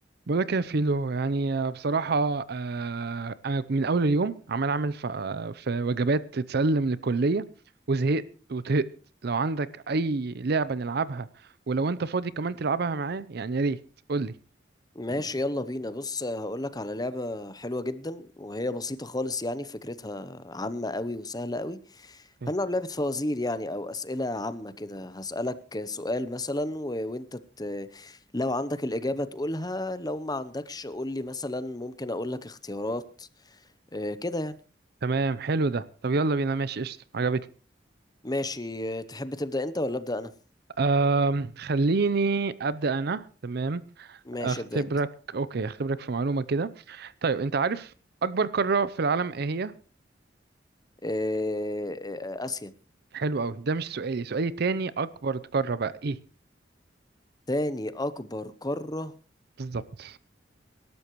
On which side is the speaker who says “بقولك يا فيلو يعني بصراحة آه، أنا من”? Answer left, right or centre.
Right